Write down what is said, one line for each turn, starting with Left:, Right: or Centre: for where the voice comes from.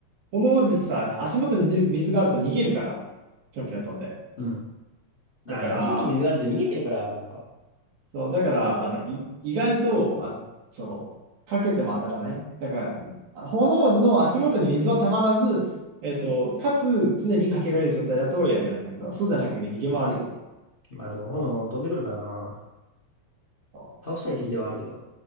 Right: この王子さ、足元にじ水があると逃げるから、ぴょんぴょん飛んで。
Left: うん。
Right: だから、
Left: あれ、足元水があると逃げてるからなのか。
Right: そう、だから、
Left: やらね
Right: あの、い意外と、あ、そう、かけても当たらない。だから、あ炎の足元に水はたまらず、えっと、かつ、常にかけられる状態だとやれるんだけど、そうじゃない限り逃げ回るよね。
Left: まあでも炎飛んでくるからな。
Right: そ
Left: 倒したい敵ではあるけど。